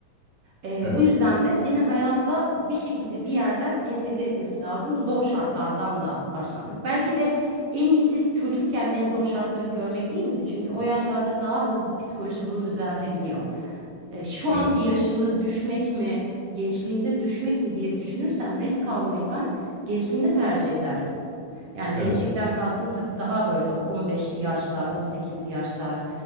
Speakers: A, on the right (about 60°); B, on the right (about 80°).
A: Ee,
B: Evet.
A: bu yüzden de seni hayata bir şekilde bir yerden entegre etmesi lazım. Zor şartlardan da başlan. Belki de en iyisi çocukken en zor şartları görmek değil miydi? Çünkü o yaşlarda daha hızlı psikoloji bunu düzeltebiliyor. E, şu
B: Evet.
A: anki yaşımda düşmek mi, gençliğimde düşmek mi diye düşünürsem risk almayı ben gençliğimde tercih ederdim. Yani
B: Evet.
A: gençlikten kastım tabii daha böyle 15'li yaşlar, 18'li yaşlar.